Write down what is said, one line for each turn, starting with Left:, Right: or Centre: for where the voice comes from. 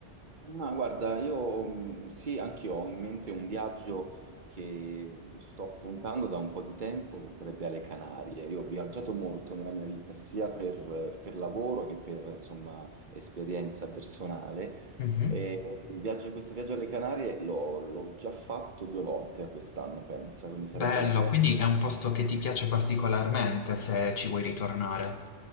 Right: Ma guarda, io mh, sì, anch'io ho in mente un viaggio che sto puntando da un po' di tempo, che sarebbe alle Canarie. Io ho viaggiato molto nella mia vita, sia per, per lavoro che per, insomma, esperienza personale.
Left: Mh-mh.
Right: E il viaggio- questo viaggio alle Canarie l'ho l'ho già fatto due volte a quest'anno, pensa, quindi sarebbe
Left: Bello,
Right: la terza.
Left: quindi è un posto che ti piace particolarmente se ci vuoi ritornare.